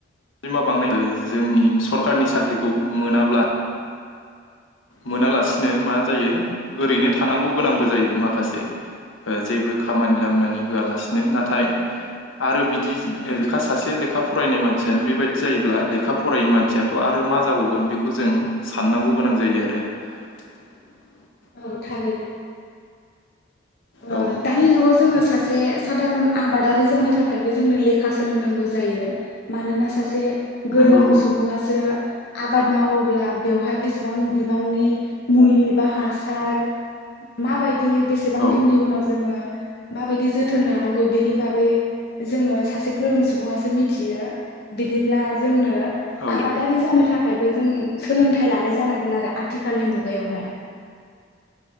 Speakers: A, on the left; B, on the left.
A: जिमा बांनाय जोंनि सरकारनि साख्रिखौ मोनाब्ला मोनालासिनो मा जायो ओरैनो थानांगौ गोनांबो जायो माखासे।
B: औ
A: ओ जेबो खामानि दामानि
B: नंगौ
A: होआलासिनो ना थाय आरो बिदि लेखा सासे लेखा फरायनाय मानसियानो बेबायदि जायोब्ला लेखा फरायै मानसियाथ आरो मा जाबावगोन? बेखौ जों साननांगौ गोनां जायो आरो। <unintelligible>
B: औ थारैनो। ओ
A: औ
B: दानि जुगाव जोङो सासे सासे साादारन आबादारि जानो थाखायबो जोंनो लेखा सोलोंनांगौ जायो मानोना सासे गोरों
A: नंगौ औ
B: सुबुङासो आबाद मावोब्ला बेवहाय बेसेबां बिबांनि मुलि बा हासार माबायदि बे बां
A: औ
B: दिननि उनाव जोङो माबायदि जोथोन लानांगौ बेनि बागै जोङो सासे गोरों सुबुङासो मिथियो बिदिब्ला जोंनो
A: औ
B: आबादारि जानो थाख खायबो जों सोलोंथाइ लानाय जानांगोन आरो आथिखालनि मुगायावहाय।